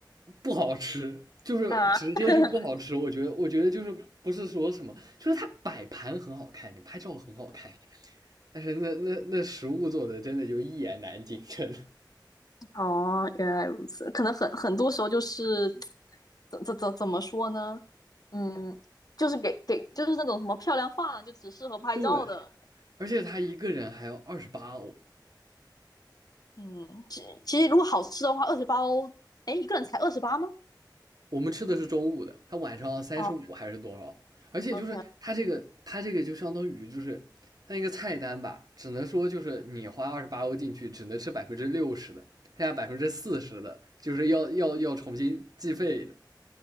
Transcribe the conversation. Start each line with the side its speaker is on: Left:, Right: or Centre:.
Right: 不好吃，就是直接就不好吃。
Left: 啊。<laughs>
Right: 我觉得，我觉得就是不是说什么，就是它摆盘很好看，你拍照很好看，但是那那那食物做的真的就一言难尽，真的。
Left: 哦，原来如此。可能很很多时候就是，怎怎怎怎么说呢？嗯，就是给给就是那种什么漂亮饭，就只适合拍照的。
Right: <laughs> 对，而且他一个人还要二十八欧，
Left: 嗯，其其实如果好吃的话，二十八欧，哎，一个人才二十八吗？
Right: 我们吃的是中午的，他晚上三十五还是多少？
Left: 哦
Right: 而且就是他这个他这个就相当于就是他那个菜单吧，
Left: ，OK，
Right: 只能说就是你花二十八欧进去，只能吃百分之六十的，剩下百分之四十的就是要要要重新计费的。